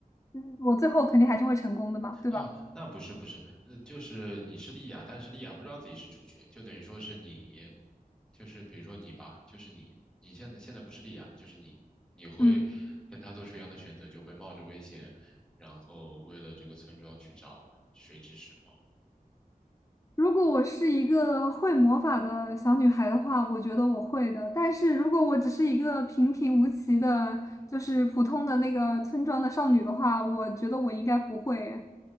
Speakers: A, on the left; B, in the centre.
A: 嗯我最后肯定还是会成功的嘛，对吧？
B: 哦，那不是不是，呃，就是你是莉亚，但是莉亚不知道自己是主角，就等于说是你，就是比如说你吧，就是你，你现在现在不是莉亚了，就是你，你会跟他做出一样的选择，
A: 嗯。
B: 就会冒着危险，然后为了这个村庄去找水之石吗？
A: 如果我是一个会魔法的小女孩的话，我觉得我会的。但是如果我只是一个平平无奇的，就是普通的那个村庄的少女的话，我觉得我应该不会。